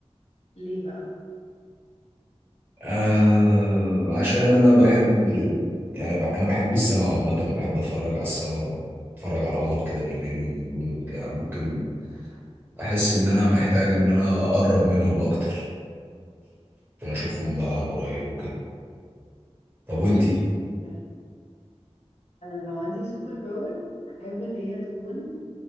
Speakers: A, on the left (about 70°); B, on the right (about 20°).
A: ليه بقى
B: آه عشان انا بحب ال... يعني ب... انا بحب السماء عامة انا بحب اتفرج على السماء اتفرج على القمر كده بالليل والنجوم وبتاع ممكن احس ان انا محتاج ان انا اقرب منهم اكتر عشان اشوفهم
A: ماشي
B: بقى عن قريب وكده طب
A: ماشي
B: وانتي؟
A: حلو انا لو عندي سوبر باور احب ان هي تكون